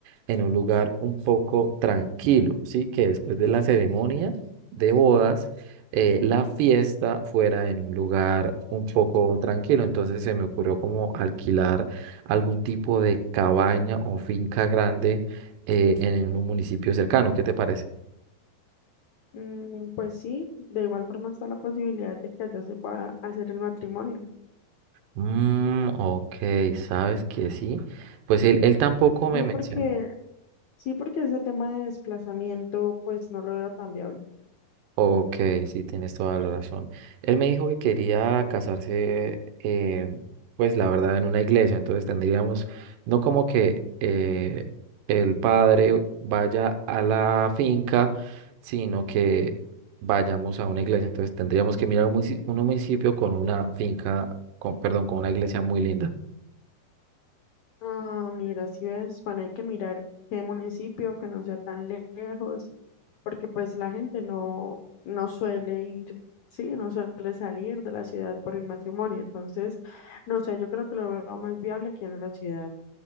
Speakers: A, on the right; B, on the left.
A: en un lugar un poco tranquilo, ¿sí? Que después de la ceremonia de bodas, eh, la fiesta fuera en un lugar un poco tranquilo. Entonces se me ocurrió como alquilar algún tipo de cabaña o finca grande eh, en un municipio cercano. ¿Qué te parece?
B: Mm, pues sí, de igual forma está la posibilidad de que allá se pueda hacer el matrimonio.
A: Mm, ok, sabes que sí. Pues él, él tampoco me
B: Sí,
A: mencionó.
B: porque Sí, porque ese tema de desplazamiento, pues no lo veo tan viable.
A: Ok, sí, tienes toda la razón. Él me dijo que quería casarse, eh, pues la verdad, en una iglesia, entonces tendríamos, no como que eh, el padre vaya a la finca, sino que vayamos a una iglesia, entonces tendríamos que mirar un, munici- un municipio con una finca, con, perdón, con una iglesia muy linda.
B: Ah, mira, si ves, bueno, hay que mirar qué municipio, que no sea tan lejos, porque pues la gente no, no suele ir, sí, no suele salir de la ciudad por el matrimonio. Entonces, no sé, yo creo que lo veo más viable aquí en la ciudad.